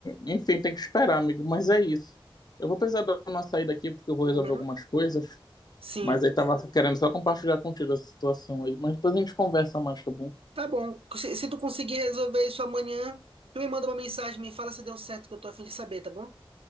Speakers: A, on the left; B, on the right.
A: Enfim, tem que esperar, amigo, mas é isso. Eu vou precisar dar uma saída aqui porque eu vou
B: Uhum.
A: resolver algumas coisas,
B: Sim,
A: mas aí tava querendo só compartilhar contigo essa situação aí, mas depois a gente conversa mais, tá bom?
B: tá bom. Se, se tu conseguir resolver isso amanhã, tu me manda uma mensagem, me fala se deu certo, que eu tô a fim de saber, tá bom?